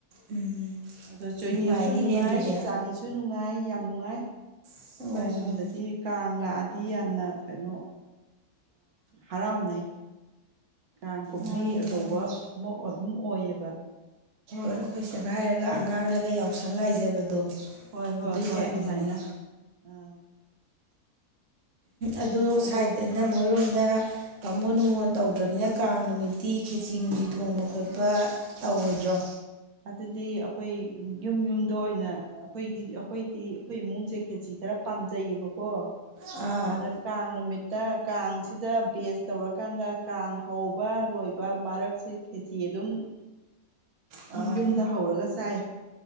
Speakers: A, on the right; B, on the right.
A: ꯎꯝ
B: ꯑꯗꯨ ꯖꯣꯏꯗꯦꯕꯁꯨ
A: ꯅꯨꯡꯉꯥꯏꯅꯤꯅꯦ
B: ꯅꯨꯡꯉꯥꯏ
A: ꯑꯗꯨꯗꯤ
B: ꯆꯥꯂꯤꯁꯨ ꯅꯨꯡꯉꯥꯏ ꯌꯥꯝ ꯅꯨꯡꯉꯥꯏ ꯑꯩꯈꯣꯏ
A: ꯑꯣ
B: ꯑꯁꯣꯝꯗꯗꯤ ꯀꯥꯡ ꯀꯪꯂꯛꯑꯗꯤ ꯌꯥꯝꯅ ꯀꯩꯅꯣ ꯍꯔꯥꯎꯅꯩ ꯀꯥꯡ ꯀꯨꯝꯍꯩ
A: ꯃꯥꯅꯤ
B: ꯑꯆꯧꯕ
A: ꯃꯥꯅꯤ
B: ꯑꯃ ꯑꯗꯨꯝ ꯑꯣꯏꯌꯦꯕ
A: ꯍꯣꯏ ꯑꯩꯈꯣꯏ ꯁꯤꯗ ꯍꯥꯏꯔꯒ ꯑꯉꯥꯡꯅꯒ ꯌꯥꯎꯁꯪ ꯉꯥꯏꯖꯕꯗꯣ
B: ꯍꯣꯏ ꯍꯣꯏ
A: ꯑꯗꯨꯏ
B: ꯍꯣꯏ
A: ꯇꯥꯏꯞꯅꯤꯅꯦ
B: ꯑꯗꯨꯃꯥꯏꯅ ꯑꯥ
A: ꯑꯗꯨ
B: ꯑꯗꯣ
A: ꯁꯥꯏꯗ ꯑꯩꯅ ꯃꯣꯏꯔꯣꯝ ꯗ ꯀꯥꯃꯣꯟ ꯅꯨꯡꯉꯣꯟ ꯇꯧꯗ꯭ꯔꯕꯅꯤꯅ ꯀꯥꯡ ꯅꯨꯃꯤꯠꯇꯤ ꯈꯦꯆꯤ ꯅꯨꯡꯁꯤꯤ ꯊꯣꯡꯕ ꯈꯣꯠꯄ ꯇꯧ ꯍꯧꯔꯣꯏꯗ꯭ꯔꯣ
B: ꯑꯗꯨꯗꯤ ꯑꯩꯈꯣꯏ ꯌꯨꯝ ꯌꯨꯝꯗ ꯑꯣꯏꯅ ꯑꯩꯈꯣꯏ ꯑꯩꯈꯣꯏꯗꯤ ꯑꯩꯈꯣꯏ ꯏꯃꯨꯡꯁꯦ ꯈꯦꯠꯆ ꯈꯔ ꯄꯥꯝꯖꯩꯌꯦꯕꯀꯣ
A: ꯑꯥ
B: ꯑꯗꯨꯅ ꯀꯥꯡ ꯅꯨꯃꯤꯠꯇ ꯀꯥꯡꯁꯤꯗ ꯕꯦꯁ ꯇꯧꯔꯀꯥꯟꯗ ꯀꯥꯡ ꯍꯧꯕ ꯂꯣꯏꯕ ꯃꯔꯛꯁꯦ ꯈꯦꯇ ꯑꯗꯨꯝ
A: ꯑꯥ
B: ꯌꯨꯝꯗ ꯍꯧꯔꯒ ꯆꯥꯏ